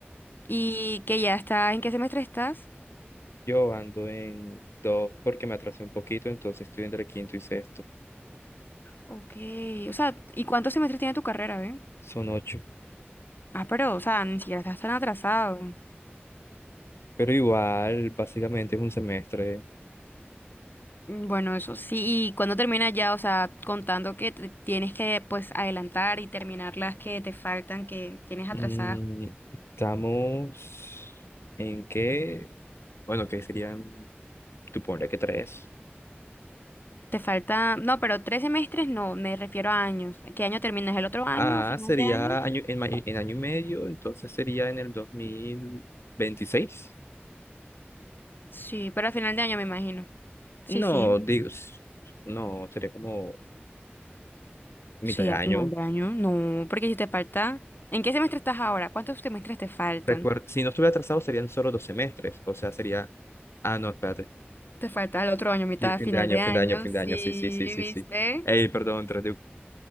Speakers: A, on the left; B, on the left.
A: ¿Y que ya está? ¿En qué semestre estás?
B: Yo ando en dos porque me atrasé un poquito, entonces estoy entre quinto y sexto.
A: Ok, o sea, ¿y cuántos semestres tiene tu carrera, ve?
B: Son ocho.
A: Ah, pero, o sea, ni siquiera estás tan atrasado.
B: Pero igual, básicamente es un semestre.
A: Mm, Bueno, eso sí, y cuando termina ya, o sea, contando que te tienes que pues adelantar y terminar las que te faltan, que tienes atrasadas.
B: Mm, estamos en qué, bueno, que serían tú ponle que tres.
A: Te falta, no, pero tres semestres no, me refiero a años. ¿Qué año terminas? ¿El otro año?
B: Ah,
A: ¿A final
B: sería
A: de año?
B: año, en, ma- en año y medio, entonces sería en el dos mil veintiséis
A: Sí, pero a final de año me imagino. Sí,
B: No,
A: sí.
B: digo, s- no, sería como mitad
A: Sí,
B: de
A: a
B: año.
A: final de año. No, porque si te falta, ¿en qué semestre estás ahora? ¿Cuántos semestres te faltan?
B: Recuer- si no estuviera atrasado serían solo dos semestres, o sea, sería... Ah, no, espérate.
A: Te falta el otro año, mitad,
B: Sí, fin
A: final
B: de año,
A: de año.
B: fin de año, fin
A: Sí,
B: de año, sí, sí, sí, sí,
A: ¿viste?
B: sí. Ey, perdón, 3